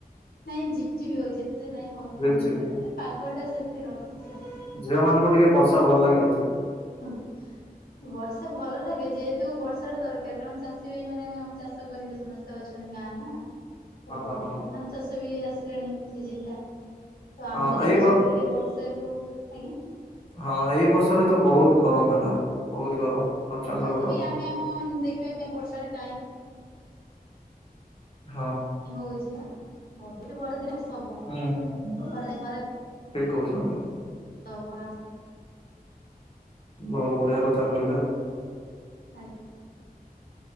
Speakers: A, on the left (about 70°); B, on the left (about 35°).
A: ନାଇଁ ଝିପ୍ ଚିପ୍ ହଉଛି ଏତେ ନାଇଁ ହୋ-କମିଗଲାଣି
B: ଝିପ୍ ଝିପ୍
A: ଯ ପାଗ ଟା ସେମିତି ରଖିଛି ଆଉ।
B: ଝିଅମାନଙ୍କୁ ଟିକେ ବର୍ଷା ଭଲ ଲାଗେ ବୋଧେ?
A: ହଁ। ବର୍ଷା ଭଲ ଲାଗେ ଯେହେତୁ ବର୍ଷା ଟା ଦରକାର କାରଣ ଚାଷୀ ଭାଇ ମାନେ ବି ଆମ ଚାଷ ଷ କରିବେ ସମସ୍ତେ ଅଛନ୍ତି ଗାଁ ନା। ତ
B: ହଁ ହଁ
A: ଧାନ ଚାଷ ବି ଆସିଲେଣି ସିଜିିନ ଟା ତ ଆମେ
B: ହଁ
A: ଯଦି
B: ଏଇ
A: ଆମେ
B: ବ
A: ସୁବିଧା ଦେଖି ବର୍ ଷା କୁ ଆଜ୍ଞା
B: ହଁ ଏଇ ବର୍ଷରେ ତ ବହୁତ ଗରମ ହେଲା ବହୁତ ଗରମ। ପ୍ରଚଣ୍ଡ
A: ଯଦି
B: ଗରମ
A: ବିି ଆମେ ଆମ ଦେଖିବା କାଇଁ ବର୍ଷା ଟା କାଇଁ
B: ହଁ।
A: ହଉଛି ନା, ମଝିରେ ବଡ ଦିନ ବର୍ଷ ହବ
B: ଏଁ
A: ଆଉ
B: ହଁ
A: ଖରାଦିନେ
B: ଠିକ କହୁଛନ୍ତି।
A: ହଉ ଆମ
B: ବହୁତ ବଢିଆ କଥା କହିଲେ ଆଉ।
A: ଆଜ୍ଞା।